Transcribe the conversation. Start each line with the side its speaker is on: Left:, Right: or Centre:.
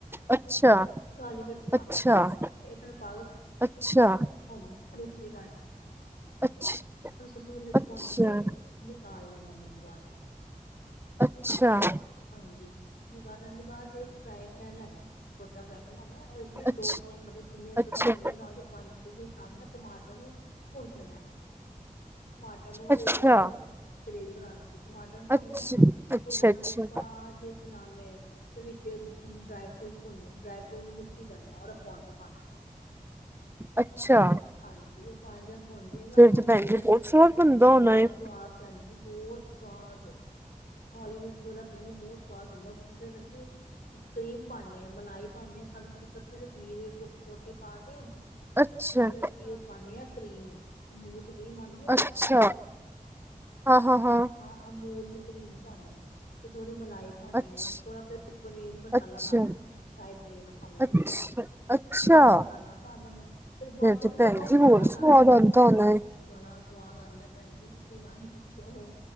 Right: ਅੱਛਾ।
Left: ਕਾਲੀ ਮਿਰਚ ਪਾਉਣੀ
Right: ਅੱਛਾ
Left: ਹੈ ਇਹ ਤੁਹਾਨੂੰ ਪਾ ਦੋ
Right: ਅੱਛਾ।
Left: ਓਮ ਮਿਕਸੀ ਕੱਡ
Right: ਅੱਛ
Left: ਏਨਾ ਸਭਨਾ ਨੂੰ
Right: ਅੱਛਾ
Left: ਭੁੰਨ ਕੇ ਨਿਕਾਲ ਲੈਣਾ ਹੈ ਇਹਨਾਂ ਨੂੰ ਬਾਹਰ।
Right: ਅੱਛਾ
Left: ਹਾਂਜੀ ਨਿਕਾਲਨ ਦੇ ਬਾਅਦ ਇੱਕ ਫਰਾਈ ਪੈਨ ਲੈਣਾ ਛੋਟਾ ਫਰਾਈ ਪੈਨ ਲੈਣਾ
Right: ਅੱਛ
Left: ਦੋ ਤਿੰਨ ਮਤਲਬ ਜਿੰਨੇ
Right: ਅੱਛਾ
Left: ਤੁਸੀਂ ਪਨੀਰ ਬਣਾਓ ਕੁਆਂਟਿਟੀ ਦੇ ਹਿਸਾਬ ਨਾਲ ਟਮਾਟਰ ਨੂੰ ਭੁੰਨਣਾ ਟਮਾਟਰ ਨੂੰ
Right: ਅੱਛਾ
Left: ਅਲਗ ਭੁੰਣਨਦਾ ਹੈ ਗ੍ਰੇਵੀ ਬਣਾਉਣਾ ਸੀ ਟਮਾਟਰ ਨੂੰ ਭੁੰਨਨਾ
Right: ਅੱਛ ਅੱਛਾ ਅੱਛਾ
Left: ਭੁੰਨ ਦੇ ਬਾਅਦ ਕੀ ਨਾਮ ਏ ਵਿਚ ਡਰਾਈ ਫਰੂਟ ਡਰਾਈ ਫਰੂਟ ਨੂੰ ਮਿਕਸੀ ਕਰਨੀ ਉਹਦਾ ਪਾਊਡਰ ਪਾਣਾ
Right: ਅੱਛਾ
Left: ਹਾਂਜੀ ਉਹ ਪਾਉਣ ਦਾ ਪਾਂ ਜਾੇਗਾ
Right: ਫੇਰ ਤੇ ਭੈਣ
Left: ਫਿਰ
Right: ਜੀ ਬਹੁਤ
Left: ਅਸੀਂ
Right: ਸਵਾਦ ਬਣਦਾ
Left: ਬੜਾ
Right: ਹੋਣਾ ਏ
Left: ਸਵਾਦ ਭੈਣ ਜੀ ਬਹੁਤ ਸਵਾਦ ਕਾਲੀ ਮਿਰਚ ਵਾਲਾ ਪਨੀਰ ਬਹੁਤ ਸਵਾਦ ਬਣਦਾ ਉੱਪਰ ਫਿਰ ਅਸੀਂ ਕਰੀਮ ਪਾਉਂਦੇ ਹਾਂ ਮਲਾਈ ਪਾਉਂਦੇ ਹਾਂ ਸ ਤੁਸੀਂ ਇਕੱਠੇ ਦੇ ਪਨੀਰ ਦੇ ਟ ਟੋਟੇ ਪਾ ਕੇ ਆ
Right: ਅੱਛਾ
Left: ਅਸੀਂ ਉਹ ਪਾਉਦੇ ਹਾਂ ਕਰੀਮ ਅਮੂਲ ਦੀ ਕਰੀਮ ਆਂਦੀ ਐ ਨਾ
Right: ਅੱਛਾ ਹਾਂ ਹਾਂ ਹਾਂ।
Left: ਹਾਂ ਅਮੂਲ ਦੀ ਕ੍ਰੀਮ ਪਾਣੀ ਹੈ, ਫੇਰ ਥੋੜੀ ਮਲਾਈ ਪਾਣੀ
Right: ਅੱਛ
Left: ਹੈ ਥੋੜ੍ਹਾ ਫਿਰ ਪਨੀਰ ਮਸਾਲਾ
Right: ਅੱਛਾ
Left: ਪਾਉਣਾ ਹੈ, ਸ਼ਾਹੀ ਪਨੀਰ ਮਸਾਲਾ ਦੇਂਦਾ।
Right: ਅੱਛ ਅੱਛਾ
Left: ਥੋੜਾ ਮਸਾਲਾ ਪਾ ਦੇਣਾ, ਫਿਰ ਬਾਅਦ
Right: ਫੇਰ
Left: ਵਿਚ
Right: ਤੇ
Left: ਓਨੂੰ
Right: ਭੈਣ
Left: ਵੱਖਰਾ
Right: ਜੀ
Left: ਤੜਕਾ
Right: ਹੋਰ ਸਵਾਦ
Left: ਲਾਣਾ।
Right: ਆਂਦਾ ਹੋਣਾ ਏ,
Left: ਬੜਾ ਸਵਾਦ ਆਉਂਦਾ ਏ ਭੈਣ ਜੀ, ਤੁਸੀਂ ਨਾ ਹੀ ਪੁੱਛੋ,